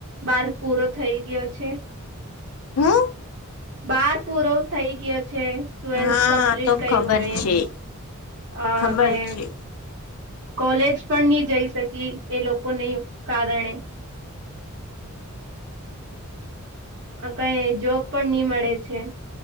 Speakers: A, on the right; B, on the left.
A: બાર પૂરો થઈ ગયો છે.
B: હું
A: બાર પૂરો થઈ ગયો છે. ટ્વેલ્થ
B: હા
A: કમ્પ્લીટ
B: તો
A: કર્યું
B: ખબર
A: મેં
B: છે
A: અ
B: ખબર
A: મેં
B: છે
A: કોલેજ પણ નહી જઈ શકી એ લોકોની કારણે. આ કઈ જોબ પણ નઈ મળે છે.